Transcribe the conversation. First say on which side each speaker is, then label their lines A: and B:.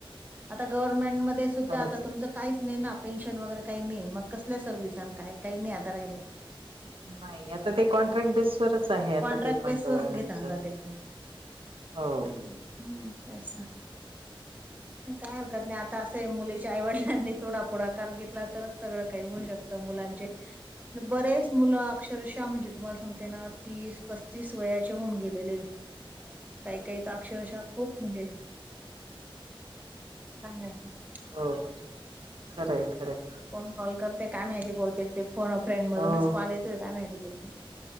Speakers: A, on the right (about 20°); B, on the right (about 70°).
A: आता गव्हर्मेंटमध्ये सुद्धा
B: खरंच
A: आता तुमच काहीच नाही ना पेन्शन वगैरे काही नाही मग कसल्या सर्व्हिस काय काही नाही आता राहिला.
B: नाही आता ते कॉन्ट्रॅक्ट बेसवरच आहे आता
A: कॉन्ट्रॅक्ट
B: ते
A: बेसवरच
B: पण गव्हर्नमेंटच.
A: घेता आता ते पण
B: हो.
A: नाही का? हम्म तेच. काय हरकत नाही आता असं मुलीच्या आईवडलांनी तोडा पुढाकार घेतला तरच सगळं काही होऊ शकतं. त मुलांचे. बरेच मुलं अक्षरशः म्हणजे तुम्हाला सांगते ना तीस पस्तीस वयाचे होऊन गेलेले.
B: हा.
A: काही काही तर अक्षरशः खूप म्हणजे. <unintelligible>
B: हो खर खरंय खरंय.
A: कोन कॉल करते काय माहिती बहुतेक ते फोन अ फ्रेंड मधूनच
B: हो
A: कॉल येतोय का माहिती बहुतेक.